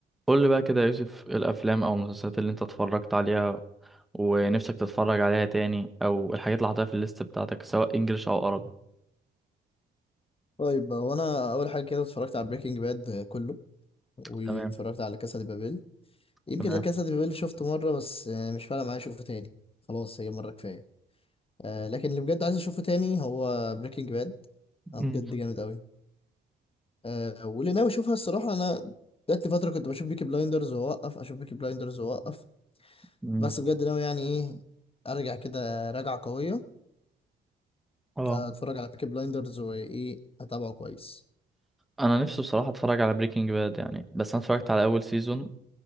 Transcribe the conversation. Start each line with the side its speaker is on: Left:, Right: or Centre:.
Centre: قول لي بقى كده يا يوسف إيه الافلام او المسلسلات اللي انت اتفرجت عليها ونفسك تتفرج عليها تاني او الحاجات اللي حاططها في الليست بتاعتك سواء انجليش او عربي
Left: طيب هو انا اول حاجه كده اتفرجت على بريكنج باد كله واتفرجت
Centre: تمام
Left: على كاسا دي بابيل يمكن
Centre: تمام
Left: لا كاسا دي بابيل شفته مره بس يعني مش فارقه معايا اشوفه تاني خلاص هي مره كفايه آه لكن اللي بجد عايز اشوفه تاني هو بريكنج باد انا
Centre: امم
Left: بجد جامد قوي آه واللي ناوي اشوفها الصراحه انا جات لي فتره كنت بشوف بيكي بلايندرز واوقف اشوف بيكي بلايندرز واوقف
Centre: مم.
Left: بس بجد ناوي يعني ايه ارجع كده راجعه قويه
Centre: اه
Left: آه، اتفرج على بيكي بلايندرز وايه اتابعه كويس
Centre: انا نفسي بصراحه اتفرج على بريكنج باد يعني بس انا اتفرجت على اول سيزون